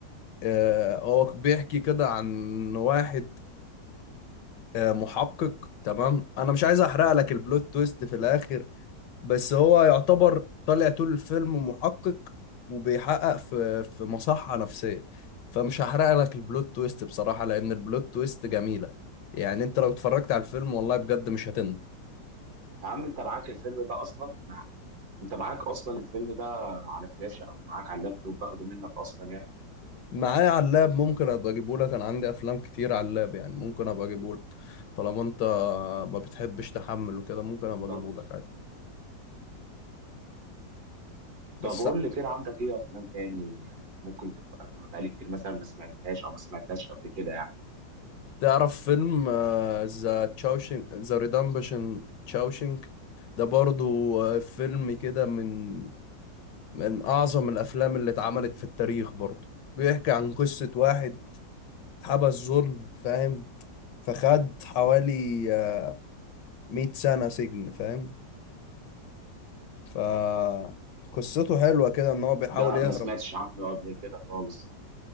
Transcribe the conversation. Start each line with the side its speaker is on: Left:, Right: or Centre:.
Left: آه، هو بيحكي كده عن واحد آه، محقق تمام انا مش عايز احرق لك البلوت تويست في الاخر بس هو يعتبر طالع طول الفيلم محقق وبيحقق في في مصحة نفسية فمش هحرق لك البلوت تويست بصراحة لأن البلوت تويست جميلة يعني أنت لو اتفرجت على الفيلم والله بجد مش هتندم
Right: يا عم انت معاك الفيلم ده اصلا مع... انت معاك اصلا الفيلم ده على فلاشه او معاك على اللابتوب باخده منك اصلا يعني
Left: معايا على اللاب ممكن أبقى أجيبه لك أنا عندي أفلام كتير على اللاب يعني ممكن أبقى أجيبه لك طالما أنت ما بتحبش تحمل وكده ممكن أبقى
Right: طب
Left: أجيبه لك عادي بس
Right: طب قول لي كده عندك ايه افلام تاني ممكن تبقى بقالي كتير مثلا ما سمعتهاش او ما سمعتهاش قبل كده يعني
Left: تعرف فيلم ذا تشاوشينج ذا ريدمبشن تشاوشينج ده برضو آه، فيلم كده من من أعظم الأفلام اللي اتعملت في التاريخ برضه بيحكي عن قصة واحد حبس ظلم فاهم فخد حوالي آه، 100 سنة سجن فاهم فقصته حلوة كده إن هو بيحاول
Right: ده
Left: يهرب
Right: ما سمعتش عنه قبل كده خالص